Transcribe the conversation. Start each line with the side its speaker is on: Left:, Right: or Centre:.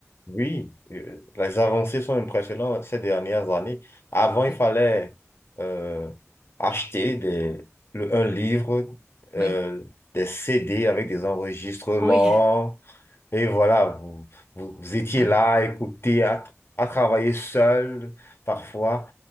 Left: Oui, euh, les avancées sont impressionnantes ces dernières années. Avant, il
Right: Mm.
Left: fallait euh, acheter des, le- un livre, euh,
Right: Oui.
Left: des CD avec des enregistrements.
Right: Oui,
Left: Et voilà, vous, vous, vous étiez
Right: <laughs>
Left: là à écouter, à, à travailler seul parfois.